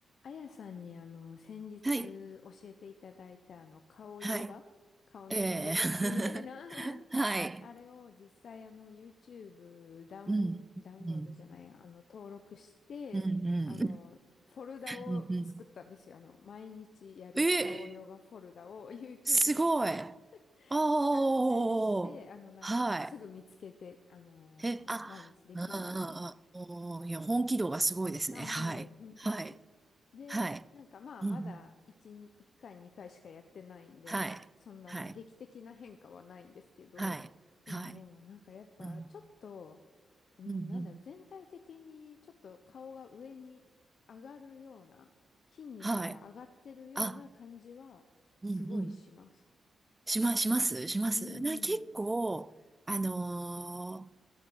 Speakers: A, on the left; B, on the right.
A: あやさんにあの、先日教えていただいたあの、
B: はい。
A: 顔ヨガ、
B: はい。
A: 顔のストレッチみたいな
B: ええ <laughs> はい。
A: <laughs> あれを実際あの、YouTube ダウン、
B: うん。
A: ダウンロードじゃないや、
B: うん。
A: あの、登録して、
B: うん。うん。
A: あの、フォルダを作ったんですよ。
B: うんうん
A: あの、毎日やる顔ヨガフォルダを
B: え、
A: YouTube
B: すごい。
A: で <laughs>
B: おー。
A: 作成して、あの、なんか、
B: は
A: すぐ見つけて、あの、
B: い。え、あ、
A: 毎日できるように。
B: ああ、あ、おー、いや、本気度がすごいですね。
A: あ、
B: はい。
A: もう本気で。
B: はい。
A: で、
B: はい。
A: なんかまあまだ1、
B: うん。
A: に1回2回しかやってないんで、
B: はい。
A: そんな劇的な変化はないんですけど、
B: はい。はい。
A: でもなんかやっぱちょっと、
B: はい。うん。
A: うん、
B: うん。
A: なんだろう、
B: うん。
A: 全体的にちょっと顔が上に上がるような、筋肉が上がってるような感じはすごいします。
B: はい。あ、うん。うん。しま、しますしますな、
A: うん、
B: 結構、あのー